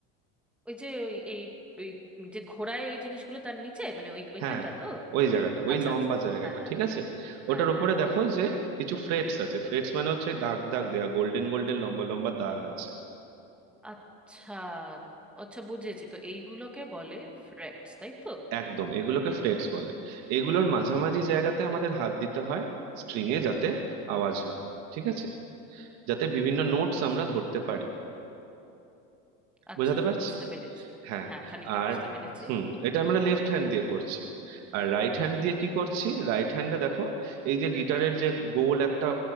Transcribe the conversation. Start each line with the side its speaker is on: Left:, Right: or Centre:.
Centre: ওই যে ওই এই ওই যে ঘোড়ায় ওই জিনিসগুলো তার নিচে মানে ওই ওইখানটা
Right: হ্যাঁ
Centre: তো
Right: ওই জায়গাটা ওই
Centre: আচ্ছা
Right: লম্বা
Centre: আচ্ছা
Right: জায়গাটা
Centre: হ্যাঁ হ্যাঁ
Right: ঠিক আছে
Centre: হ্যাঁ
Right: ওটার উপরে
Centre: হ্যাঁ হ্যাঁ
Right: দেখো যে কিছু ফ্রেটস আছে ফ্রেটস মানে হচ্ছে ওই দাগ দাগ দেয়া গোল্ডেন গোল্ডেন লম্বা লম্বা দাগ আছে
Centre: আচ্ছা আচ্ছা বুঝেছি তো এইগুলোকে বলে ফ্রেটস তাই তো
Right: একদম এগুলোকে ফ্রেটস বলে এগুলোর মাঝামাঝি
Centre: হুম
Right: জায়গাতে আমাদের হাত দিতে হয় স্ট্রিং এ যাতে আওয়াজ হয় ঠিক আছে যাতে বিভিন্ন নোটস
Centre: আচ্ছা
Right: আমরা ধরতে পারি
Centre: আচ্ছা
Right: বোঝাতে পারছি
Centre: বুঝতে পেরেছি
Right: হ্যাঁ
Centre: হ্যাঁ খানিকটা
Right: আর
Centre: বুঝতে পেরেছি
Right: হুম এটা আমরা লেফট হ্যান্ড দিয়ে করছি আর রাইট হ্যান্ড
Centre: হুম
Right: দিয়ে কি করছি রাইট হ্যান্ডে দেখো এই যে গিটারের যে গোল একটা